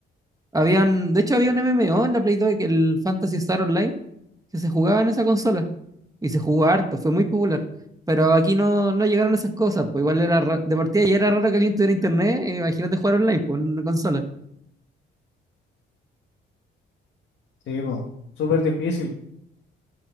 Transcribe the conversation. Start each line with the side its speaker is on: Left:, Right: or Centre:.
Right: Habían, de hecho, había un M M o en la Play 2, que el Fantasy Star Online, que se jugaba en esa consola. Y se jugó harto, fue muy popular. Pero aquí no, no llegaron esas cosas, pues igual era ra- de partida ya era raro que alguien tuviera internet, eh, imagínate jugar online, pues, en una consola.
Left: sí, po, súper difícil,